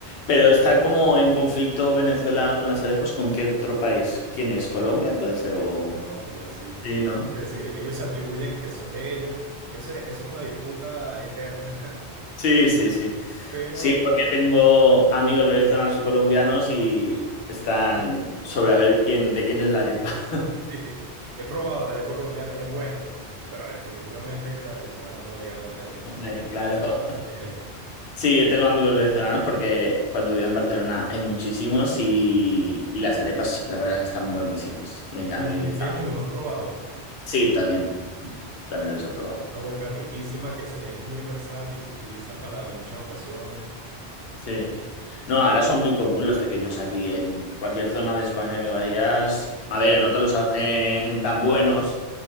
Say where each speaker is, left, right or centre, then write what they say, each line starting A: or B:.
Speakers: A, on the left; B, on the right.
A: Pero está como en conflicto Venezuela con las arepas, ¿con qué otro país? ¿Quién es? ¿Colombia puede ser o...?
B: Con Colombia, sí.
A: Sí, ¿no?
B: Es decir, ellos se atribuyen que son de ellos. Eso es, eso es una disputa eterna. <laughs>
A: Sí, sí, sí.
B: Pero
A: Sí,
B: eh,
A: porque tengo amigos venezolanos y colombianos y están sobre a ver quién, de quién es la arepa.
B: <laughs>
A: <laughs>
B: sí, he probado la arepa colombiana, es buena, pero definitivamente que la venezolana no le gana a nadie.
A: Hombre, claro.
B: <laughs>
A: Sí, yo tengo amigos venezolanos porque cuando vivía en Barcelona hay muchísimos y,
B: sí.
A: y las arepas, la verdad, que están buenísimas. Venga,
B: Sí, Y
A: a
B: los
A: mí
B: tequeños
A: están
B: los has probado.
A: Sí, también. También los he probado.
B: Una boca riquísima que se- es muy versátil, se utiliza para muchas ocasiones.
A: Sí. No,
B: Sí.
A: ahora son muy comunes los tequeños aquí. En cualquier zona de España que vayas, a ver, no te los hacen tan buenos